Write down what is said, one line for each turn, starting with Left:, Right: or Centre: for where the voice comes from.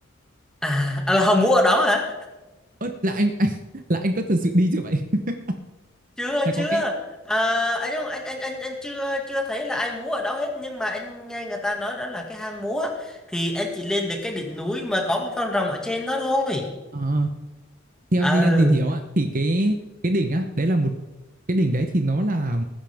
Centre: à, à là hồng múa ở đó hả
Right: ớt là anh anh là anh có thật sự đi chưa vậy? <laughs>
Centre: chưa
Right: Là có
Centre: chưa
Right: cái
Centre: à, anh không anh anh anh anh chưa chưa thấy là ai múa ở đó hết nhưng mà anh nghe người ta nói đó là cái hang múa thì anh chỉ lên được cái đỉnh núi mà có cái con rồng ở trên đó thôi
Right: ờ, theo
Centre: ừ
Right: như em tìm hiểu á thì cái cái đỉnh á, đấy là một cái đỉnh đấy thì nó là